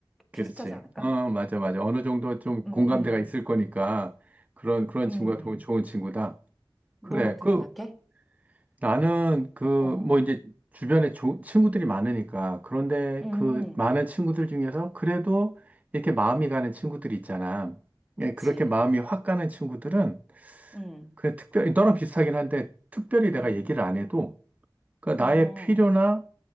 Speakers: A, on the right; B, in the centre.
A: 그렇지.
B: 비슷하지 않을까?
A: 어, 맞아, 맞아. 어느 정도 좀
B: 음,
A: 공감대가
B: 음,
A: 있을 거니까 그런, 그런
B: 음.
A: 친구가 더 좋은 친구다.
B: 넌
A: 그래.
B: 어떻게
A: 그,
B: 생각해?
A: 나는 그,
B: 어,
A: 뭐 이제 주변에 조, 친구들이 많으니까 그런데
B: 음,
A: 그 많은 친구들 중에서 그래도 이렇게 마음이 가는 친구들이 있잖아.
B: 그치.
A: 예, 그렇게 마음이 확 가는 친구들은
B: 음,
A: 그냥 특별히, 너랑 비슷하긴 한데 특별히 내가
B: 음,
A: 얘기를 안 해도 그 나의
B: 어,
A: 필요나